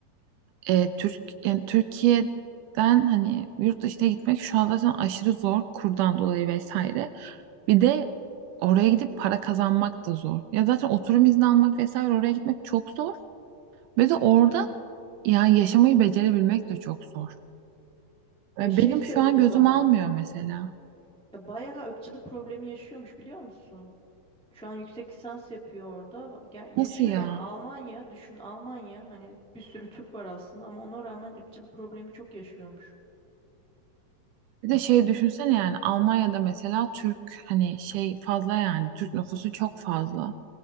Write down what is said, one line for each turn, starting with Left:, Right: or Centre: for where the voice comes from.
Right: e, Türk yani Türkiye'den hani yurt dışına gitmek şu an zaten aşırı zor kurdan dolayı vesaire. Bir de oraya gidip para kazanmak da zor. Ya zaten oturum izni almak vesaire oraya gitmek çok zor. Ve de orada
Centre: Hı hı.
Right: ya yaşamayı becerebilmek de çok zor.
Centre: Ya
Right: Ve
Centre: şey
Right: benim
Centre: söyledi
Right: şu an gözüm
Centre: bana.
Right: almıyor mesela.
Centre: Ya bayağı ırkçılık problemi yaşıyormuş biliyor musun? Şu an yüksek lisans yapıyor orada. Va- ya-
Right: Nasıl
Centre: Yaşıyor
Right: ya?
Centre: yani Almanya. Düşün Almanya. Hani bir sürü Türk var aslında ama ona rağmen ırkçılık problemi çok yaşıyormuş.
Right: Bir de şey düşünsene yani Almanya'da mesela Türk hani şey fazla yani Türk nüfusu çok fazla.